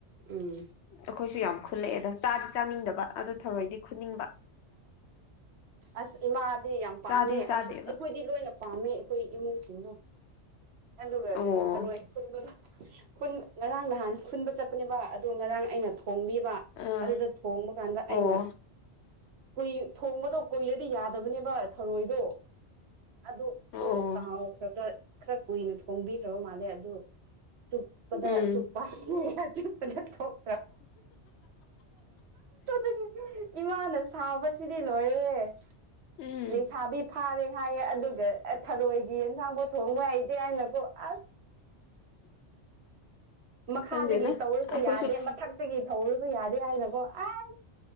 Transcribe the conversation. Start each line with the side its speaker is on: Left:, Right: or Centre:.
Right: ꯎꯝ
Left: ꯑꯈꯣꯏꯁꯨ ꯌꯥꯝ ꯈꯨꯜꯂꯛꯑꯦꯗ ꯆꯥꯗꯤ ꯆꯥꯅꯤꯡꯗꯕ ꯑꯗꯨ ꯊꯔꯣꯏꯗꯤ ꯈꯨꯟꯅꯤꯡꯕ
Right: ꯑꯁ ꯏꯃꯥꯗꯤ ꯌꯥꯝ ꯄꯥꯝꯃꯦ
Left: ꯆꯥꯗꯤ ꯆꯥꯗꯦꯕ
Right: ꯑꯩꯁꯨ ꯑꯩꯈꯣꯏꯗꯤ ꯂꯣꯏꯅ ꯄꯥꯝꯃꯦ ꯑꯩꯈꯣꯏ ꯏꯃꯨꯡꯁꯤꯡꯅꯣ ꯑꯗꯨꯒ
Left: ꯑꯣ
Right: ꯊꯔꯣꯏ ꯈꯨꯟꯕꯒ ꯈꯨꯟ ꯉꯔꯥꯡ ꯅꯍꯥꯟ ꯈꯨꯟꯕ ꯆꯠꯄꯅꯦꯕ ꯑꯗꯣ ꯉꯔꯥꯡ ꯑꯩꯅ ꯊꯣꯡ ꯊꯣꯡꯕꯤꯕ
Left: ꯑꯥ
Right: ꯑꯗꯨꯗ ꯊꯣꯡꯕ ꯀꯥꯟꯗ ꯑꯩꯅ
Left: ꯑꯣ
Right: ꯀꯨꯏ ꯊꯣꯡꯕꯗꯣ ꯀꯨꯏꯔꯗꯤ ꯌꯥꯗꯕꯅꯦꯕ ꯊꯧꯔꯣꯏꯗꯣ ꯑꯗꯨ ꯑꯩꯗꯤ
Left: ꯑꯣ
Right: ꯀꯥꯎꯈꯔꯒ ꯀꯨꯏꯅ ꯊꯣꯡꯕꯤꯈ꯭ꯔꯕ ꯃꯥꯜꯂꯦ ꯑꯗꯨ ꯆꯨꯞꯄꯗ
Left: ꯎꯝ
Right: ꯆꯨꯞꯄ <unintelligible> ꯆꯨꯞꯄꯗ ꯊꯣꯛ <unintelligible> ꯏꯃꯥꯅ ꯁꯥꯎꯕꯁꯤꯗꯤ ꯂꯣꯏꯔꯦ
Left: ꯎꯝ
Right: ꯂꯩꯁꯥꯕꯤ ꯐꯥꯔꯦ ꯍꯥꯏꯌꯦ ꯑꯗꯨꯒ ꯊꯔꯣꯏꯒꯤ ꯌꯦꯟꯁꯥꯡꯐꯥꯎ ꯊꯣꯡꯕ ꯍꯩꯇꯦ ꯍꯥꯏꯅꯀꯣ ꯑꯁ ꯃꯈꯥꯗꯒꯤ
Left: ꯈꯪꯗꯦꯗ
Right: ꯇꯧꯔꯁꯨ
Left: ꯑꯩꯈꯣꯏꯁꯨ
Right: ꯌꯥꯗꯦ ꯃꯊꯛꯇꯒꯤ ꯊꯧꯔꯁꯨ ꯌꯥꯗꯦ ꯍꯥꯏꯅꯀꯣ ꯑꯁ